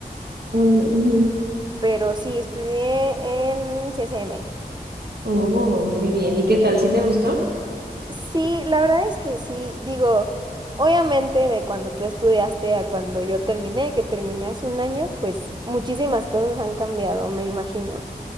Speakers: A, on the right; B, on the right.
A: Mm, ujú.
B: pero sí, estudié en CCM.
A: Oh, muy bien. ¿Y qué tal? ¿Sí te gustó?
B: Sí, la verdad es que sí, digo, obviamente de cuando tú estudiaste a cuando yo terminé, que terminé hace un año, pues muchísimas cosas han cambiado, me imagino.